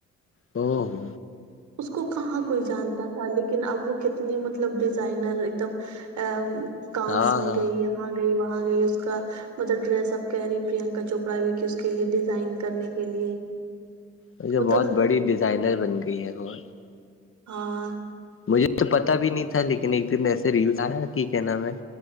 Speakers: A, on the left (about 40°); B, on the right (about 65°).
A: او ہو
B: اس کو کہاں کوئی جانتا تھا ل یکن اب وہ کتنی مطلب ڈیزائنر ایک دم ا کانس
A: ہاں
B: میں
A: ہاں
B: گئی ہے وہاں گئی وہاں گئی اس کا مطلب ڈریس اب کہہ رہی پررینکا چوپڑا بھی کہ اس کے لیے ڈیزائن کرنے کے لیے
A: ویسے
B: مطلب
A: بہت بڑی ڈیزائنر بن گئی ہے وہ
B: ہاں
A: مجھے تو پتا بھی نہیں تھا لیکن ایک دن ایسے ریلس آیا کہ کیا نام ہے